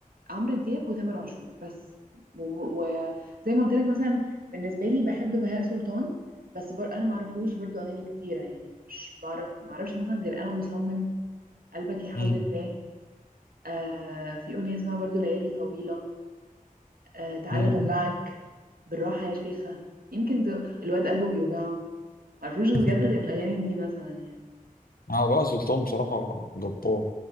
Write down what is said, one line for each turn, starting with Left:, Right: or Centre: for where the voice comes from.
Right: عمرو دياب وتامر عاشور بس وزي ما قلت لك مثلا بالنسبه لي بحب بهاء سلطان بس بر... انا ما اعرفلوش برضو اغاني كتيره يعني مش بعرف ما اعرفش مثلا غير انا مصمم قلبك يا حول
Left: مم.
Right: الله آه في أغنية اسمها برضو ليالي طويلة آه تعالى
Left: مم.
Right: دلعك بالراحة يا شيخة يمكن ده الواد قلبه بيوجعه معرفوش بجد
Left: <laughs>
Right: غير الأغاني دي مثلا يعني
Left: عباس سلطان بصراحة جبار